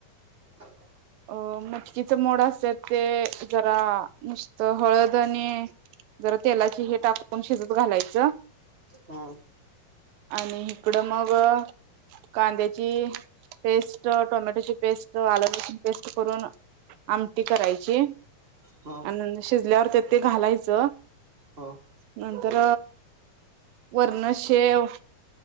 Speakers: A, on the right; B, on the right.
A: <inaudible>
B: अ मटकीच मोड असत्यात ते जरा नुसत हळद आणि जरा तेलाची हे टाकून शिजत घालायचं
A: ह
B: आणि इकडं मग कांद्याची पेस्ट, टोमॅटोची पेस्ट, आलं, लसूण करून आमटी करायची
A: ह
B: आण शिजल्या त्यात ते घालायच.
A: ह
B: नंतर वरण शेव,